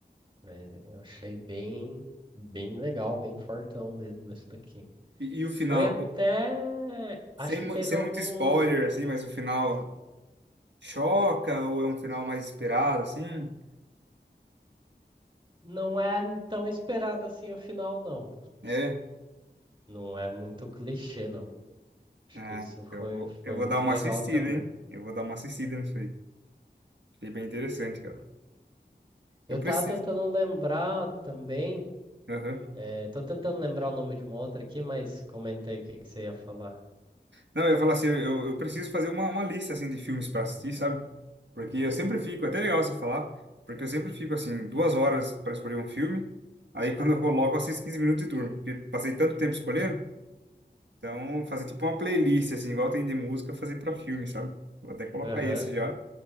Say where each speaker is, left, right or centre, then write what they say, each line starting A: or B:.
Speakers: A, on the right; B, on the right.
A: né? Eu achei bem, bem legal, bem fortão mesmo esse daqui.
B: E, e o final,
A: Foi até.
B: co-
A: Acho
B: sem,
A: que
B: mu-
A: teve
B: sem
A: algum.
B: muito spoiler, assim, mas o final choca ou é um final mais esperado, assim?
A: Não é tão esperado assim o final, não.
B: É?
A: Não é muito clichê, não. Acho
B: Ah,
A: que isso foi,
B: eu vou,
A: foi
B: eu vou
A: muito
B: dar uma
A: legal
B: assistida,
A: também.
B: hein? Eu vou dar uma assistida nisso aí. Achei bem interessante, cara.
A: Eu
B: Eu preciso.
A: tava tentando lembrar também.
B: Aham.
A: eh, tô tentando lembrar o nome de uma outra aqui, mas comentei o que que você ia falar.
B: Não, eu ia falar assim, eu, eu preciso fazer uma, uma lista assim de filmes para assistir, sabe? Porque eu sempre fico, é até legal você falar, porque eu sempre fico assim, duas horas para escolher um filme, aí <laughs> quando eu coloco, eu assisto 15 minutos e durmo, porque passei tanto tempo escolhendo, então fazer tipo uma playlist, assim, igual tem de música, fazer para filme, sabe? Vou até colocar
A: Aham,
B: esse já,